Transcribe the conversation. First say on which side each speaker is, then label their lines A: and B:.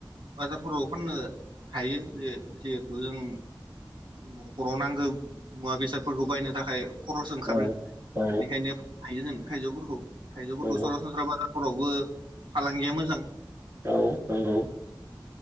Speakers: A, on the right; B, on the right.
A: बाजारफोराव फाननो हायो जिहेत जिहेथु जों न'खराव नांगौ मुवा बेसादफोरखौ बायनो थाखाय खरस ओंखारो
B: औ
A: बेनिखायनो
B: औ
A: गायोजों थाइजौफोरखौ। थाइजौफोरखौ
B: औ
A: सरासनस्रा बाजा फोरावबो फालांगिया मोजां।
B: औ नंगौ।